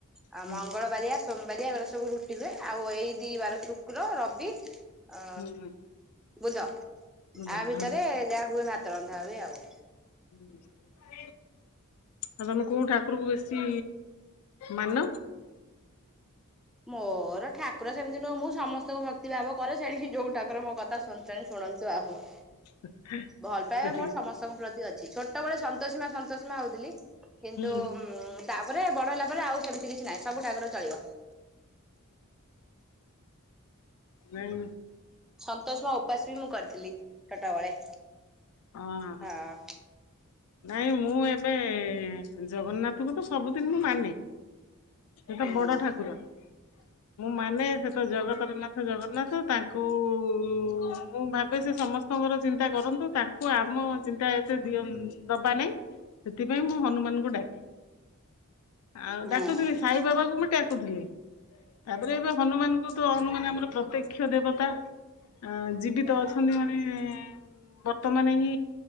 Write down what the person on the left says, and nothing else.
ହୁଁ
ହୁଁ ହୁଁ।
ବୁଧ
ହୁଁ ଆଉ
<unintelligible> ଆଉ, ତୋମେ କୋଉ ଠାକୁରଙ୍କୁ ବେଶୀ ମାନ?
<unintelligible>
ହୁଁ
ହୁଁ
ନାଇ
ଓ ହୋ
ନା ମୁଁ ଏବେ ଜଗନ୍ନାଥକୁ ତ ସବୁଦିନ ମୁଁ ମାନେ। ସିଏ
ତ ବଡ ଠାକୁର। ମୁଁ ମାନେ ସେ ତ ଜଗତର ନା ଥ ଜଗନ୍ନାଥ ତାଙ୍କୁ କୁ ମୁଁ ଭାବେ ସେ ସମସ୍ତଙ୍କର ଚିନ୍ତା କରନ୍ତୁ, ତାଙ୍କୁ ଆମ ଚିନ୍ତା ଏତେ ଦିଅ ଦବା ନାଇ। ସେଥିପାଇଁ ମୁଁ ହନୁମାନଙ୍କୁ ଡାକେ। ଆଉ
ଡାକୁଥିଲି ସାଇ ବାବାକୁ ମୁଁ ଡାକୁଥିଲି। ତାପରେ ଏବେ ହନୁମାନଙ୍କୁ ତ ହନୁମାନ ଆମର ପ୍ରତ୍ୟକ୍ଷ ଦେବତା ଅ, ଜୀବିତ ଅଛନ୍ତି ମାନେ ବର୍ ତ ମାନେ ହିଁ